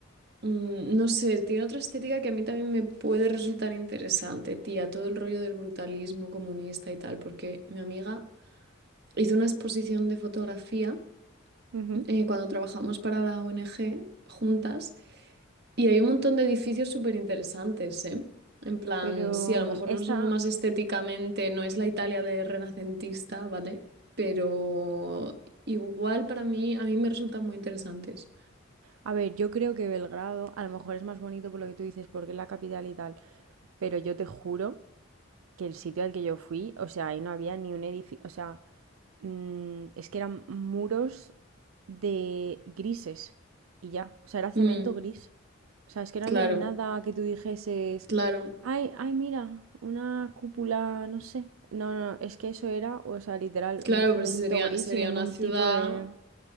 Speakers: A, on the right; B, on the right.
A: mm, no sé, tiene otra estética que a mí también me puede resultar interesante, tía, todo el rollo del brutalismo comunista y tal, porque mi amiga hizo una exposición de fotografía
B: Ujú.
A: eh, cuando trabajamos para la ONG juntas y hay un montón de edificios súper interesantes, ¿eh? En plan,
B: Pero
A: sí, a lo mejor
B: mm, esta,
A: no son lo más estéticamente, no es la Italia de renacentista, ¿vale? Pero igual para mí, a mí me resultan muy interesantes.
B: a ver, yo creo que Belgrado a lo mejor es más bonito por lo que tú dices, porque es la capital y tal. Pero yo te juro que el sitio al que yo fui, o sea, ahí no había ni un edificio, o sea, mm, es que eran muros de grises y ya, o sea, era cemento
A: Mm.
B: gris. O sea, es que no
A: Claro,
B: había nada que tú dijeses,
A: claro,
B: ay, ay, mira, una cúpula, no sé. No, no, es que eso era, o sea, literal,
A: claro,
B: un cemento
A: pues sería,
B: gris
A: sería
B: sin ningún
A: una ciudad,
B: tipo de...